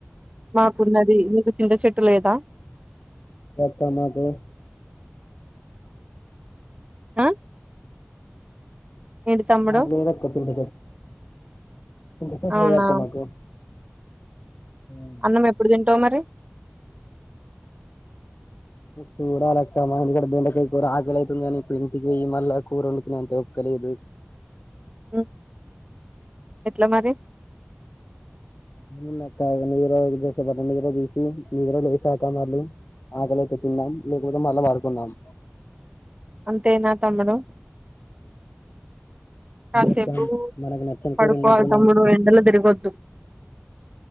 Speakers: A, on the right (about 30°); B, on the left (about 60°).
A: మాకున్నది మీీకు చింత చెట్టు లేదా
B: త మాతో
A: ఆ ఏంటి తమ్ముడు
B: మాకు లేదక్క చింత చెట్టు
A: అవునా
B: మాకు ఉమ్.
A: అన్నం ఎప్పుడు తింటావు మరి
B: చూడాలక్క మా ఇడ దిండకాయ కూర ఆకలి అైతుంది కాని ఇప్పుడు ఇంటికి వెయ్యి మళ్ళా కూర వండుకున్నా అంత ఓపిక లేదు
A: ఆ ఎట్లా మరి
B: నీరు నీర తీసి నీర వసాక మళ్ళీ ఆకలికి తిన్నాం లేకపోతే మళ్ళా వాడుకున్నాం
A: అంతేేనా తమ్ముడు కాసేపు
B: అక్క మనకు నచ్చని
A: పడుకోవాలి
B: కూర ఉన్నప్పుడు
A: తమ్ముూడు
B: మనం
A: ఎండలో తిరగొద్దు